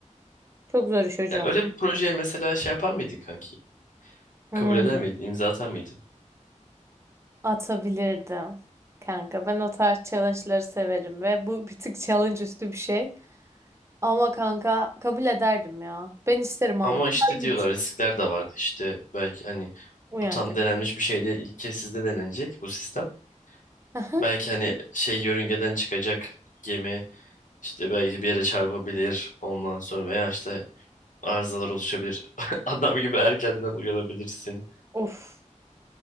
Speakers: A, on the right; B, on the left.
A: Çok zor iş hocam.
B: ya öyle bir projeye mesela şey yapar mıydın kanki?
A: Hmm.
B: Kabul eder miydin? İmza atar mıydın?
A: Atabilirdim. Kanka ben o tarz challenge'ları severim ve bu bir tık challenge üstü bir şey. Ama kanka kabul ederdim ya. Ben isterim
B: Ama
A: abi. Daha
B: işte
A: iyi
B: diyorlar
A: bir şey.
B: riskler de var. İşte belki hani
A: Uyanacak.
B: bu tam denenmiş bir şey değil. İlk kez sizde denenecek bu sistem.
A: Aha.
B: Belki hani şey yörüngeden çıkacak gemi işte belki bir yere çarpabilir ondan sonra veya işte arızalar oluşabilir. <laughs> Adam gibi erkenden uyanabilirsin.
A: Of.